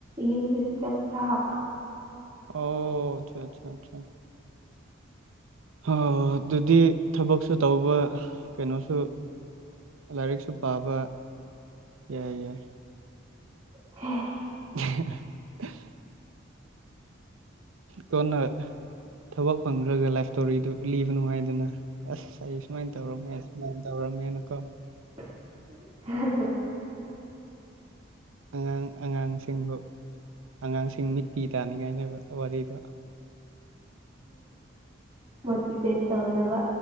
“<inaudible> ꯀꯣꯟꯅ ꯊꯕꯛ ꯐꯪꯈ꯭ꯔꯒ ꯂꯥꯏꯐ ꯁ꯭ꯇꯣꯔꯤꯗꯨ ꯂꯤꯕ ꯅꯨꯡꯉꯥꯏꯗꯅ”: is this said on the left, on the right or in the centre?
Right